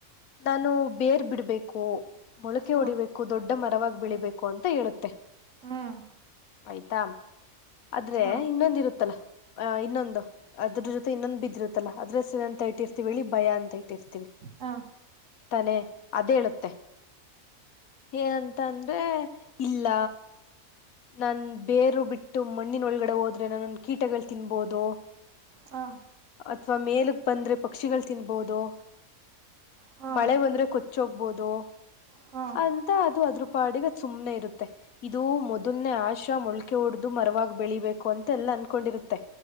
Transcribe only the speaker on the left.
ನಾನು ಬೇರ್ ಬಿಡ್ಬೇಕು ಮೊಳಕೆ
ಹೊಡಿಬೇಕು ದೊಡ್ಡ ಮರವಾಗಿ ಬೆಳಿಬೇಕು ಅಂತ ಹೇಳುತ್ತೆ
<inaudible> ಆಯ್ತಾ ಆದ್ರೆ
ಇನ್ನೊಂದ ಇರುತ್ತಲ್ಲ ಅ ಇನ್ನೊಂದು ಅದ್ರ ಜೊತೆ ಇನ್ನೊಂದು ಬಿದ್ದ ಇರುತ್ತಲ್ಲ ಅದ್ರ ಹೆಸರ್ ಅಂತ ಇಟ್ಟಿರ್ತೀವಿ ಭಯ ಅಂತ ಇಟ್ಟಿರ್ತೀವಿ
ತಾನೆ ಅದೆ ಹೇಳುತ್ತೆ ಏನಂತ ಅಂದ್ರೆ ಇಲ್ಲ ನಾನ್ ಬೇರು ಬಿಟ್ಟು ಮಣ್ಣಿನ ಒಳಗಡೆ ಹೋದ್ರೆ ನನ್ನನ್ನ ಕೀಟಗಳು ತಿನ್ಬೋದು
ಅಥವಾ ಮೇಲಕ್ಕ ಬಂದ್ರೆ ಪಕ್ಷಿಗಳು ತಿನ್ಬೋದು
ಮಳೆ ಬಂದ್ರೆ ಕೊಚ್ಚ ಹೊಗ್ಬೋದು
ಅಂತಾ ಅದು ಅದ್ರ ಪಾಡಿಗೆಅದ ಸುಮ್ನೆ ಇರುತ್ತೆ ಇದು ಮೊದ ಮೊನ್ನೆ ಆಶಾ ಮೊಳ್ಕೆ ಹೊಡ್ದು ಮರವಾಗಿ ಬೆಳಿಬೇಕು ಅಂತ ಎಲ್ಲ ಅನ್ಕೊಂಡಿರುತ್ತೆ